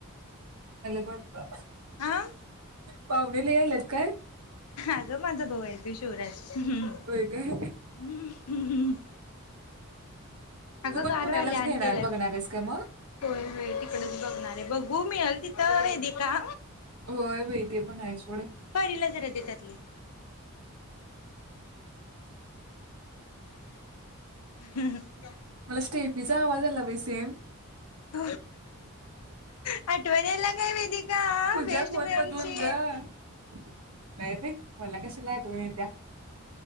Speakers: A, on the right (about 80°); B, on the left (about 85°).
A: होता.
B: आ.
A: पाहुणे लय आलेत काय?
B: अगं माझा भाऊ आहे शिवराज. हम्म
A: होय काय
B: हम्म हम्म. अगं
A: तू पण
B: गार
A: पुण्यालाच
B: व्हायला
A: घेणार
B: आता गेलाय
A: बघणार
B: होय
A: आहेस काय मग
B: होय तिकडेच बघणार आहे बघू मिळलं तिथ तर वेदिका
A: होय बाई ते पण आहे सोड.
B: परीला जरा दे त्याचातले. <unintelligible>
A: मला स्टेफीचा आवाज आला बाई सेम.
B: <unintelligible> आठवण यालाला लागली काय वेदिका
A: तुझ्या
B: बेस्ट.
A: फोन
B: <unintelligible>
A: <unintelligible> नाही बाई मला कशाला आठवण येत्या.